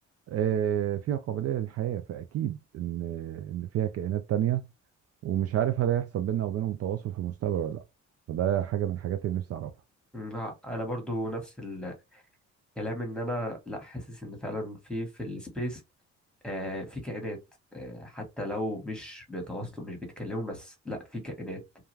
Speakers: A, on the right; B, in the centre.
A: آه، فيها قابلية للحياة فاكيد ان ان فيها كائنات تانية ومش عارف هل هيحصل بيننا وبينهم تواصل في المستقبل ولا لا فده حاجه من الحاجات اللي نفسي اعرفها
B: مم. آه، انا برضو نفس الكلام ان انا لا حاسس ان فعلا في في السبيس آه، في كائنات آه، حتى لو مش بيتواصلوا مش بيتكلموا بس لا في كائنات